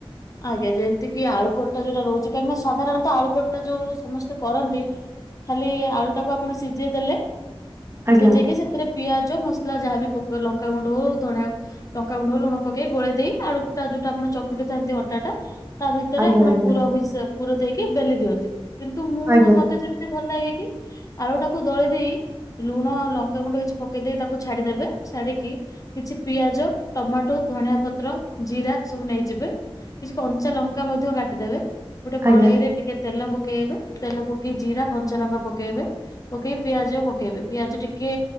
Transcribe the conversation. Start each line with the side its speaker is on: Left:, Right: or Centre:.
Left: ଆଜ୍ଞା ଯେମ୍ ତି କିି ଆଳୁ ପରଟା ଯୋଉଟା ରହୁଚି କାହିଁକିନା ସାଧାରଣତଃ ଆଳୁ ପରଟା ଯୋଉ ସମସ୍ତେ କରନ୍ତି ଖାଲି ଆଳୁଟାକୁ ଆପଣ ସିଜେ ଦେଲେ
Right: ଆଜ୍ଞା
Left: ସିଜେଇକି ସେଥିରେ ପିଆଜ ମସ୍‌ଲା ଯାହା ବି ପକ୍ ଲଙ୍କାଗୁଣ୍ଡ ହଉ ଧଣିଆ ଲଙ୍କାଗୁଣ୍ଡକୁ ଲୁଣ ପକେଇ ଗୋଳେଇ ଦେଇ ଆଳୁଟା ଯୁଟା ଆପଣ ଚକୁଟି ଥାନ୍ତି ଅ ଟାଟା ତା ଭିତରେ
Right: ଆଜ୍ଞା
Left: ଆପଣ
Right: ଆଜ୍ଞା
Left: ପୁର ମିଶା ପୁର ଦେଇକି ବେଲି ଦିଅନ୍ତି କିନ୍ତୁ ମୁଁ
Right: ଆଜ୍ଞା
Left: ଆ ମତେ ଯେମ୍ ଭଲ୍‌ ଲାଗେ କି ଆଳୁଟାକୁ ଦଳି ଦେଇ ଲୁଣ ଆଉ ଲଙ୍କାଗୁଣ୍ଡ କିଛ୍ ପକେଇ ଦେଇ ତାକୁ ଛାଡିଦବେ ଛାଡିକି କିଛି ପିଆଜ ଟମାଟୋ ଧଣିଆ ପତ୍ର ଜିରା ସବୁ ନେଇଯିବେ। କିଛି କଞ୍ଚା ଲଙ୍କା ମଧ୍ୟ ଗାଟିଦେବେ ଗୋଟେ କଡେଇରେ
Right: ଆଜ୍ଞା
Left: ଟିକେ ତେଲ ପକେଇବେ ତେଲ ପକେଇ ଜିରା କଞ୍ଚାଲଙ୍କା ପକେଇବେ। ପକେଇ ପିଆଜ ପକେଇବେ ପିଆଜ ଟିକେ